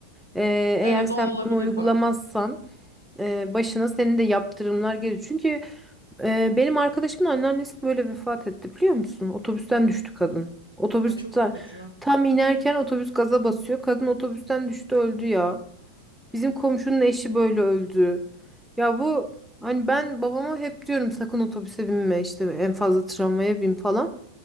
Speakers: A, in the centre; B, on the left.
A: E, eğer
B: Evet
A: sen
B: o olabilir
A: bunu uygulamazsan
B: bak.
A: e, başına senin de yaptırımlar geliyor Çünkü e, benim arkadaşımın anneannesi böyle vefat etti biliyor musun? Otobüsten düştü kadın. Otobüsten
B: Ay çok üzücü.
A: tam inerken otobüs gaza basıyor. Kadın otobüsten düştü öldü ya. Bizim komşunun eşi böyle öldü. Ya bu hani ben babama hep diyorum sakın otobüse binme işte en fazla tramvaya bin falan.